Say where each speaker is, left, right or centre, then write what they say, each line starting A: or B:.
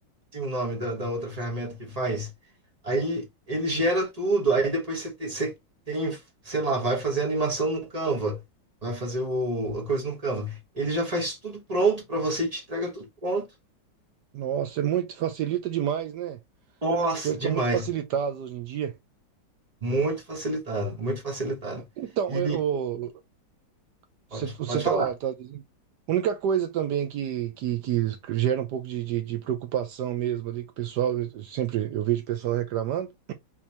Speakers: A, on the right (about 30°); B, on the right (about 70°).
A: tem o nome da, da outra ferramenta que faz. Aí ele gera tudo, aí depois você tem, você tem, sei lá, vai fazer a animação no Canva, vai fazer o, a coisa no Canva. Ele já faz tudo pronto para você e te entrega tudo pronto.
B: nossa, é muito facilita demais, né?
A: Nossa,
B: As coisas
A: demais.
B: estão muito facilitadas hoje em dia.
A: Muito facilitado, muito facilitado.
B: Então,
A: E
B: eu, Você,
A: pode,
B: você
A: pode
B: tá,
A: falar.
B: tá dizendo. A única coisa também que, que, que gera um pouco de, de, de preocupação mesmo ali que o pessoal, eu sempre eu vejo o pessoal reclamando,